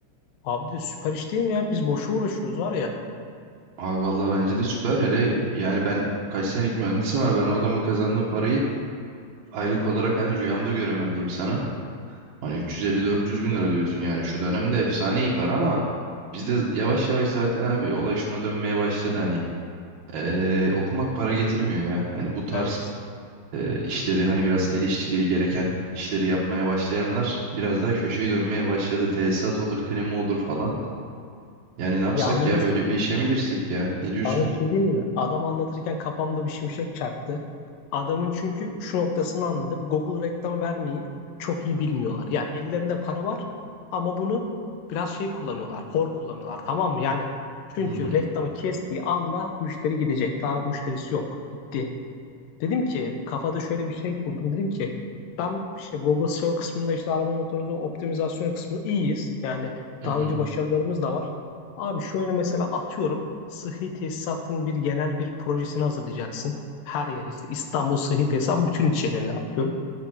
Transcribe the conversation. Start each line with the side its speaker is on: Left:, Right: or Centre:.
Left: Abi de süper iş değil mi ya? Biz boşu uğraşıyoruz var ya.
Right: Abi vallahi bence de süper hele yani ben kaç senelik mühendisim abi ben o adamın kazandığı parayı Aylık olarak hani rüyamda göremem diyeyim sana. Hani 350-400 bin lira diyorsun yani şu dönemde efsane iyi para ama biz de yavaş yavaş zaten abi olay şuna dönmeye başladı hani eee, okumak para getirmiyor ya. Hani bu tarz
Left: Evet.
Right: eee, işleri hani biraz el işçiliği gereken işleri yapmaya başlayanlar biraz daha köşeyi dönmeye başladı. Tesisat olur, klima olur falan. Yani ne yapsak
Left: Yalnız
Right: ya böyle bir işe mi girsek ya? Ne
Left: Sana
Right: diyorsun?
Left: bir şey diyeyim mi? Adam anlatırken kafamda bir şimşek çaktı. Adamın çünkü şu noktasını anladım. Google reklam vermeyi çok iyi bilmiyorlar. Yani ellerinde para var ama bunu biraz şey kullanıyorlar. Hor kullanıyorlar tamam mı? Yani çünkü
Right: Hmm,
Left: reklamı kestiği anda müşteri gidecek. Daha müşterisi yok. Bitti. Dedim ki kafada şöyle bir şey kurdum. Dedim ki ben işte Google SEO kısmında işte arama motoru optimizasyon kısmında iyiyiz. Yani
Right: Hı
Left: daha
Right: hı.
Left: önce başarılarımız da var. Abi şöyle mesela atıyorum sıhhi tesisatın bir genel bir projesini hazırlayacaksın. Her yere işte İstanbul sıhhi tesisat bütün ilçelerine atıyorum.